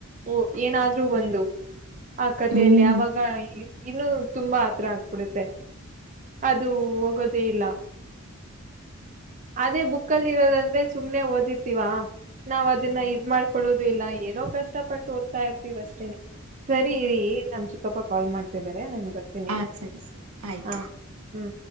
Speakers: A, on the right; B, on the right.
A: ಓ ಏನಾದ್ರೂ ಒಂದು ಆ ಕಥೆಯಲ್ಲಿ
B: ಹ್ಮ್ ಹ್ಮ್
A: ಆವಾಗ ಇನ್ನು ತುಂಬಾ ಅತ್ರ ಆಗ್ಬಿಡುತ್ತೆ ಅದು
B: ಹೌದು
A: ಹೋಗೋದೇ ಇಲ್ಲ <inaudible> ಅದೇ ಬುಕ್ಕಲ್ಲಿ ಇರೋದಂದ್ರೆ ಸುಮ್ನೆ ಓದಿರ್ತಿವಾ ನಾವ್ ಅದನ್ನ
B: ಹೌದು
A: ಇದ್ ಮಾಡ್ಕೊಳ್ಳೋ ಇಲ್ಲ ಏನೋ ಕಷ್ಟ ಪಟ್ಟು ಓದ್ತಾ ಇರ್ತೀವ ಅಷ್ಟೇನೆ ಸರಿ
B: ಹ್ಮ್
A: ಇರಿ ನಮ್ ಚಿಕ್ಕಪ್ಪ ಕಾಲ್ ಮಾಡ್ತಿದಿದ್ದಾರೆ ನನ್ ಬ ನಿ
B: ಹಾ ಸರಿ ಸರಿ ಆಯ್ತು
A: ಹಾ ಹ್ಮ.